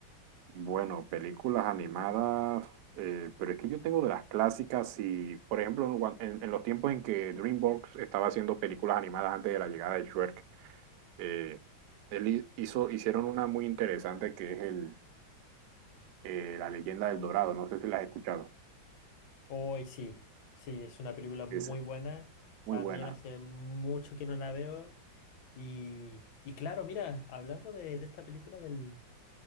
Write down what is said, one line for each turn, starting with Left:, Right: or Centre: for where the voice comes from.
Right: Bueno, películas animadas, eh, pero es que yo tengo de las clásicas y, por ejemplo, en, guan- en- en los tiempos en que DreamWorks estaba haciendo películas animadas antes de la llegada de Shrek, eh, él hi- hizo, hicieron una muy interesante que es el, eh, La leyenda del Dorado, no sé si la has escuchado,
Left: Hoy sí, sí, es una película muy
Right: es
Left: buena.
Right: muy
Left: También
Right: buena.
Left: hace mucho que no la veo. Y, y claro, mira, hablando de, de esta película del,